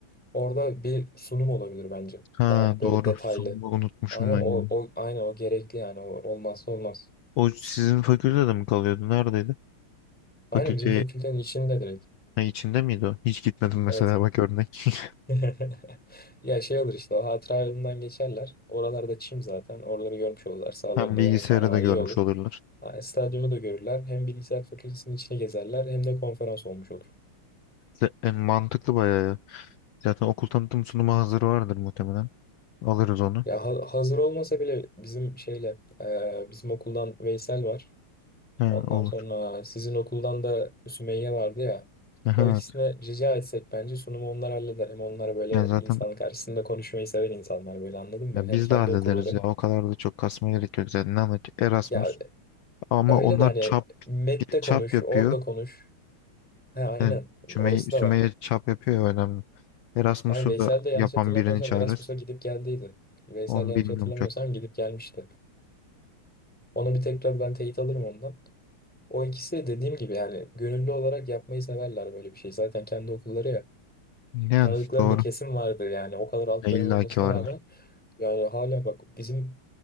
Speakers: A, in the centre; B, on the left.
A: Orada bir sunum olabilir bence.
B: ha
A: Daha böyle
B: doğru
A: detaylı.
B: sunumu unutmuşum
A: Aynen
B: ben
A: o,
B: ya.
A: o, aynen o gerekli yani. O, olmazsa olmaz.
B: O sizin fakültede mi kalıyordu neredeydi?
A: Aynen
B: Fakülte
A: bizim fakültenin içinde direkt.
B: içinde miydi o? Hiç gitmedim mesela
A: Evet.
B: bak örnek. <laughs>
A: <laughs> Ya şey olur işte o hatıra yolundan geçerler. Oralarda çim zaten. Oraları görmüş olurlar. Sağlarında
B: Hem bilgisayarı
A: yemekhane var
B: da görmüş
A: iyi olur.
B: olurlar.
A: Yani stadyumu da görürler. Hem bilgisayar fakültesinin içine gezerler hem de konferans olmuş olur.
B: Z- e, mantıklı bayağı ya. Zaten okul tanıtım sunumu hazır vardır muhtemelen. Alırız onu.
A: Ya ha- hazır olmasa bile bizim şeyle e, bizim okuldan Veysel var.
B: He,
A: Ondan
B: olur.
A: sonra sizin okuldan da Sümeyye vardı ya.
B: Aha,
A: O ikisine
B: evet.
A: rica etsek bence sunumu onlar halleder. Hem onlar böyle
B: Yani zaten
A: insanın karşısında konuşmayı seven insanlar böyle anladın mı?
B: ya
A: Hem
B: biz
A: kendi
B: de hallederiz
A: okulları.
B: ya. O kadar da çok kasma gerek yok zaten. Ne anlatıyor? Erasmus.
A: Ya
B: Ama
A: öyle
B: onlar
A: de hani
B: çap
A: MET'te
B: bir
A: konuş,
B: çap yapıyor.
A: orada konuş. He aynen
B: Yani Sümeyye,
A: orası da
B: Sümeyye
A: var.
B: çap yapıyor ya, önemli. Erasmus'u
A: Ay Veysel
B: da
A: de yanlış
B: yapan
A: hatırlamıyorsam
B: birini çağırırız.
A: Erasmus'a gidip geldiydi. Veysel
B: Onu
A: yanlış
B: bilmiyorum
A: hatırlamıyorsam
B: çok.
A: gidip gelmişti. Ona bir tekrar ben teyit alırım ondan. O ikisi de dediğim gibi yani gönüllü olarak yapmayı severler böyle bir şey. Zaten kendi okulları ya.
B: Yani
A: Tanıdıkları
B: doğru.
A: da kesin vardı yani o kadar alt
B: Ya,
A: dönem
B: İlla
A: olmasına
B: ki vardır.
A: rağmen. Yani hala bak bizim